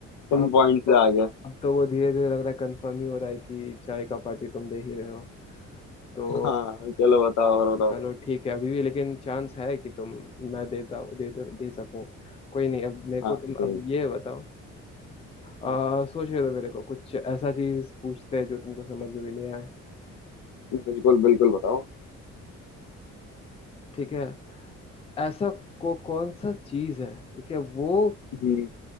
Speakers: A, on the left; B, on the left.
A: तुम
B: अब
A: पॉइंट से
B: तो
A: आगे
B: अब तो वो धीरे धीरे लग रहा है कंफर्म ही हो रहा है कि चाय का पार्टी तुम दे ही रहे हो तो
A: <laughs> हाँ चलो बताओ और बताओ
B: चलो ठीक है अभी भी लेकिन चांस है कि तुम मैं देता हूँ दे दे, दे सकूँ कोई नहीं अब मेरे
A: हाँ
B: को तुम
A: ठीक
B: अब ये बताओ आ,
A: हाँ
B: सोच रहे हो मेरे को कुछ ऐसा चीज पूछते हैं जो तुमको समझ में भी नहीं आए
A: बिल्कुल बिल्कुल बताओ
B: ठीक है ऐसा को कौन सा चीज है ठीक है वो
A: हम्म